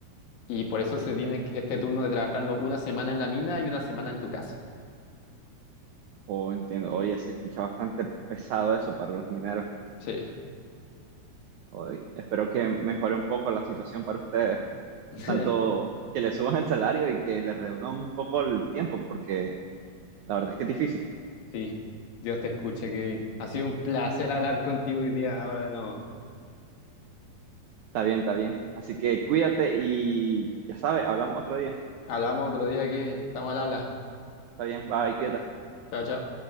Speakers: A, on the left (about 65°); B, on the right (about 80°).
A: y por eso se tiene que- este turno de trabajando una semana en la mina y una semana en tu casa.
B: Oh, entiendo. Oye, se escucha bastante pesado eso para los mineros.
A: Sí.
B: Oye, espero que mejore un poco la situación para ustedes, <laughs>
A: <laughs>
B: tanto que le suban el salario y que le reduzcan un poco el tiempo, porque la verdad es que es difícil.
A: Sí, Dios te escuche, Kevin. Ha sido un placer hablar contigo hoy día. Ahora no.
B: Está bien, está bien. Así que cuídate y ya sabes, hablamos otro día.
A: Hablamos otro día, Kevin. Estamos al habla.
B: Está bien, bye, cuídate.
A: Chao, chao.